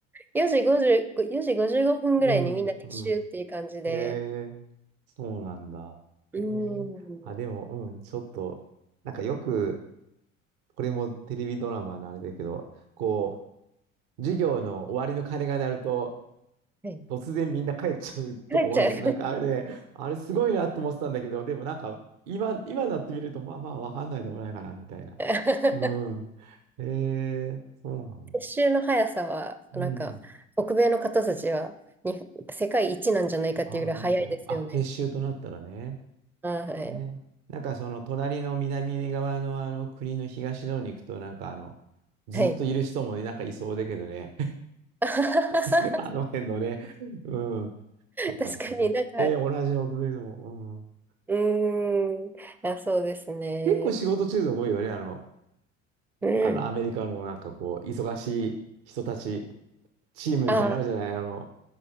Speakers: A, in the centre; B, on the right.
A: 4時50、4時55分ぐらいにみんな撤収っていう感じで、
B: うん、うん。ええそうなんだ。
A: うーん、
B: ええあ、でも、うん、ちょっと、なんかよく、これもテレビドラマのあれだけど、こう、授業の終わりの鐘が鳴ると、
A: はい、
B: 突然みんな帰っちゃうとこもあるじゃん。
A: 帰っちゃう。
B: なんかあれね、あれすごいなと思ってたんだけど、でもなんか、今、今なってみると、まあまあ、わかんないでもないかな、みたいな。
A: <laughs>
B: うん。ええそうなんだ。
A: 撤収の速さは、なんか、
B: うん。
A: 北米の方たちはに、世界一なんじゃないかっていうぐらい早いですよね。
B: あ、本当。あ、撤収となったらね。
A: は
B: ねなんかその隣の南側のあの国の東の方に行くとなんかあのずっといる人もなんかいそうだけどね
A: い。はい。<laughs>
B: <laughs> あの辺のねうんそうかでもねで同じ北米でも、
A: 確かになんか、
B: うん、
A: うーん。あ、そうですね。
B: 結構仕事中毒多いよねあの
A: うん。
B: あのアメリカのなんかこう忙しい人たちチームみたいなのあるじゃないあの
A: あ、